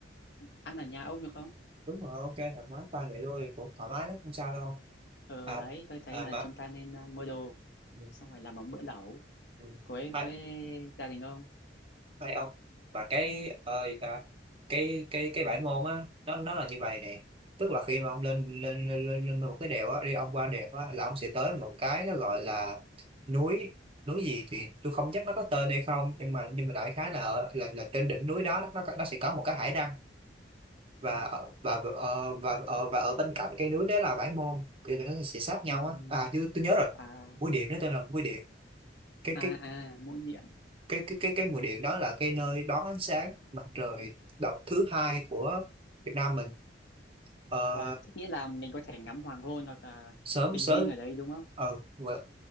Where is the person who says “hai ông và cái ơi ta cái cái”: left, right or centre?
Right